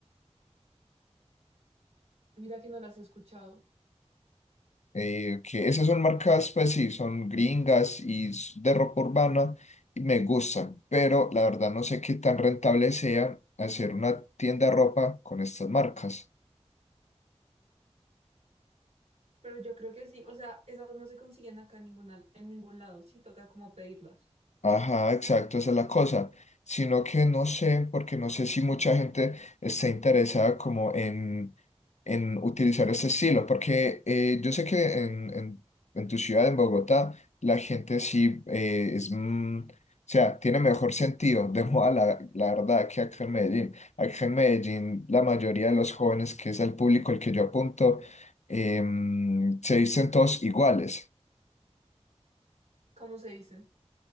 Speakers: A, on the right; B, on the left.
A: Mira que no las he escuchado.
B: Eh, que esas son marcas, pues sí, son gringas y s- de ropa urbana y me gustan, pero la verdad no sé qué tan rentable sea hacer una tienda de ropa con estas marcas.
A: Pero yo creo que sí. O sea, esas no se consiguen acá en ningún, en ningún lado. Sí, toca como pedirlas.
B: Ajá, exacto, esa es la cosa. Sino que no sé, porque no sé si mucha gente está interesada como en, en utilizar ese estilo, porque eh, yo sé que en, en, en tu ciudad, en Bogotá, la gente sí eh, es, mm, o sea, tiene mejor sentido <laughs> de moda, la, la verdad, que acá en Medellín. Acá en Medellín, la mayoría de los jóvenes, que es el público al que yo apunto, em, se dicen todos iguales.
A: ¿Cómo se dicen?